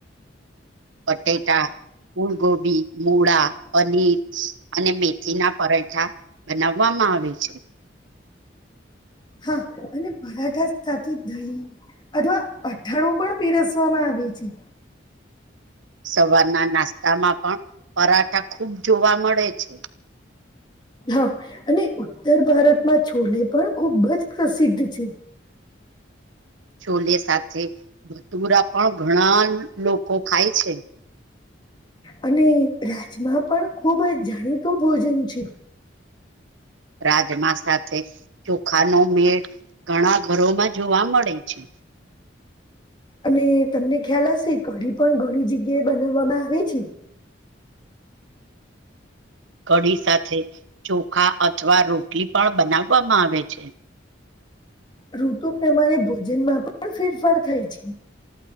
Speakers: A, on the right (about 80°); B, on the left (about 25°).
A: પટેેટા ફૂલગોભી મૂળા પનીર અને મેથી ના પરઠા બનાવવામાં આવે છે
B: હા અને પરાઠા સાથે દહીં અથવા અઠાણું પણ પીરસવામાં આવે બીજી
A: સવારના નાસ્તામાં પણ પરાઠા ખૂબ જોવા મળે છે
B: હા અને ઉત્તર ભારતમાં છોલે પણ ખૂબ જ પ્રસિદ્ધ છે
A: છોલે સાથે ભથુરા પણ ઘણા લોકો ખાય છે
B: અને રાજમા પણ ખુબ જ જાણીતું ભોજન છે
A: રાજમા સાથે ચોખા નો મેળ ઘણા ઘરોમાં જોવા મળે છે
B: અને તમને ખ્યાલ હશે કઢી પણ ઘણી જગ્યાએ બનાવવામાં આવે છે
A: કડી સાથે ચોખા અથવા રોટલી પણ બનાવવામાં આવે છે
B: ઋતુ પ્રમાણે ભોજનમાં પણ ફેરફાર થાય છે